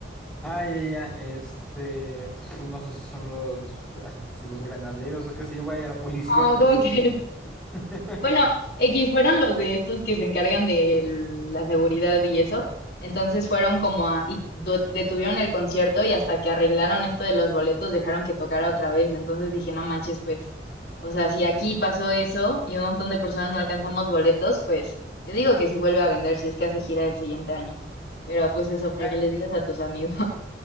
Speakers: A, in the centre; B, on the left.
A: Ah, ya, ya, ya, este, pf, no sé si son los, ah, si los granaderos o qué sé yo, vaya, la policía,
B: Ah,
A: por
B: ¿cómo
A: así decirlo.
B: <laughs> crees?
A: <laughs>
B: Bueno, X fueron los de estos que se encargan de el- la seguridad y eso. Entonces fueron como a, y do- detuvieron el concierto y hasta que arreglaron esto de los boletos dejaron que tocara otra vez. Entonces dije, no manches, pues, o sea, si aquí pasó eso y un montón de personas no alcanzamos boletos, pues yo digo que si vuelve a vender, si es que hace gira el siguiente año. Pero pues eso, para
A: Era,
B: que les digas a tus amigos.